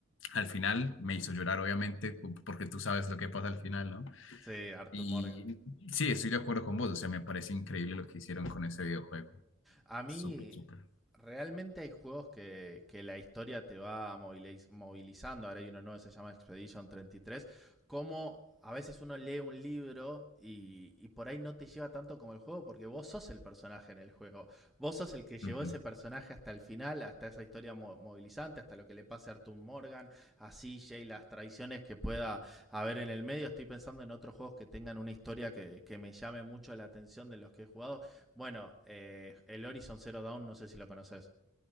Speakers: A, on the left; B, in the centre.
A: al final me hizo llorar, obviamente, cu- porque tú sabes lo que pasa al final, ¿no?
B: Sí, Arthur
A: Y
B: Morgan.
A: sí, estoy de acuerdo con vos, o sea, me parece increíble lo que hicieron con ese videojuego.
B: A mí,
A: Súper, súper.
B: realmente hay juegos que, que la historia te va moviliz- movilizando. Ahora hay uno nuevo que se llama Expedition 33. Como a veces uno lee un libro y, y por ahí no te lleva tanto como el juego, porque vos sos el personaje en el juego. Vos sos el que llevó
A: Ujú.
B: ese personaje hasta el final, hasta esa historia mo- movilizante, hasta lo que le pase a Arthur Morgan, a CJ, las traiciones que pueda haber en el medio. Estoy pensando en otros juegos que tengan una historia que, que me llame mucho la atención de los que he jugado. Bueno, eh, el Horizon Zero Dawn, no sé si lo conoces,